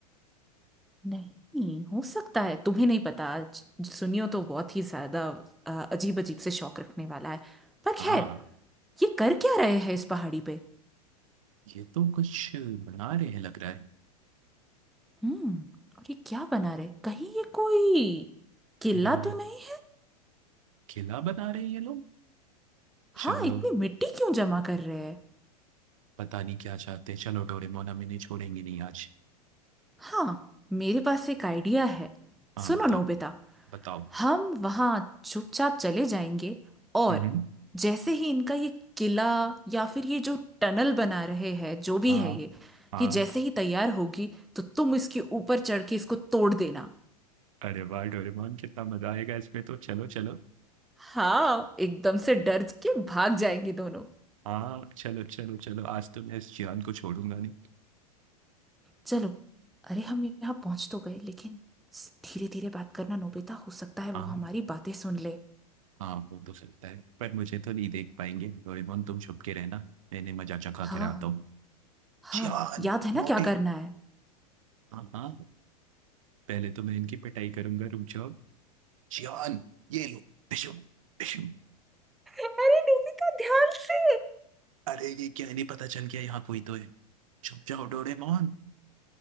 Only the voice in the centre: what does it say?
नहीं हो सकता है तुम्हें नहीं पता आज सुनियो तो बहुत ही ज्यादा अजीब अजीब से शौक रखने वाला है पर
खैर ये कर क्या रहे हैं इस पहाड़ी पे
हम्म और ये क्या बना रहे कहीं ये कोई किला
तो नहीं
हाँ इतनी मिट्टी क्यों जमा कर रहे हैं
हाँ मेरे पास एक आइडिया है
सुनो
नोबिता
हम वहाँ चुपचाप चले जाएंगे और
जैसे ही इनका ये किला या फिर ये जो टनल बना रहे हैं जो भी
है ये
ये जैसे ही तैयार होगी तो तुम इसके ऊपर चढ़ के इसको तोड़ देना
हाँ एकदम से डर के भाग जाएंगे दोनों
चलो अरे हम यहाँ पहुंच तो गए लेकिन धीरे धीरे बात करना नोबिता हो सकता है वो
हमारी बातें सुन ले
हाँ
हाँ
याद है ना
क्या करना है
अरे नोबिता ध्यान से